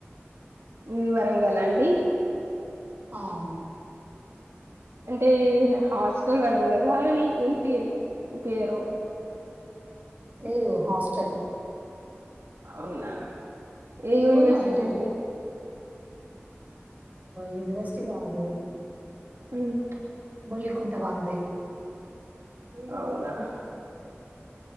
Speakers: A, on the right; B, on the right.
A: మీది వరంగలా అండి
B: ఆ అవును
A: అంటే హాస్టల్ వరంగల్ అ అని ఏంటి పేరు
B: లేదు హాస్టల్
A: అవునా ఏ
B: ఇల్లు
A: యూనివర్సిటీ
B: కూడా వరంగలే
A: అండి
B: యూనివర్సిటీ కాదు
A: ఉమ్,
B: బొల్లికుంట వాగ్దేవి
A: ఆ అవునా హ